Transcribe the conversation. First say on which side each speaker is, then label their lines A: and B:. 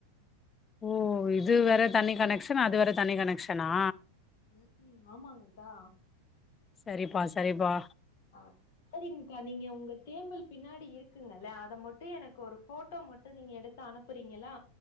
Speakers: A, on the left; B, on the left.
A: ஓ இது வேற தனி கனக்சன் அது வேற தனி கனக்சனா
B: உ உம் ஆமாங்கக்கா
A: சரிப்பா சரிபா
B: ஆஹ் சரிங்கக்கா நீங்க உங்க தேம்பல் பின்னாடி இருக்குங்கல்ல அத மட்டூ எனக்கு ஒரு ஃபோட்டோ மட்டூ நீங்க எடுத் அனுப்புறீங்களா